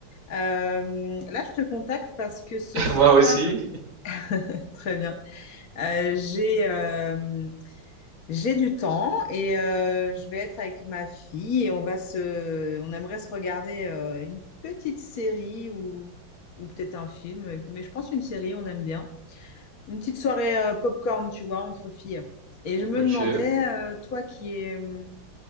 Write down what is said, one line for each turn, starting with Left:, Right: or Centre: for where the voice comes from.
Left: Euh, là, je te contacte parce que ce
Right: <laughs>
Left: soir,
Right: Moi aussi.
Left: <laughs> très bien. Euh, j'ai euh, j'ai du temps et euh, je vais être avec ma fille et on va se, on aimerait se regarder euh, une petite série ou ou peut-être un film, mais je pense une série, on aime bien. Une petite soirée euh, popcorn, tu vois, entre filles. Et je me
Right: Ok.
Left: demandais, euh, toi qui es hum,